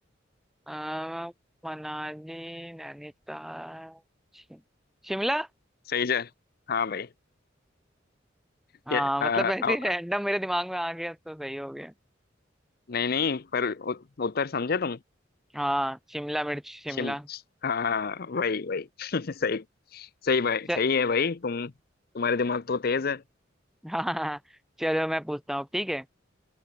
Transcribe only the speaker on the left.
सही जय हाँ भाई
के- आ,
आ,
नहीं नहीं पर उ- उत्तर समझे तुम
शिम हाँ वही वही <laughs> सही सही भाई
सही है भाई तुम तुम्हारे दिमाग तो तेज है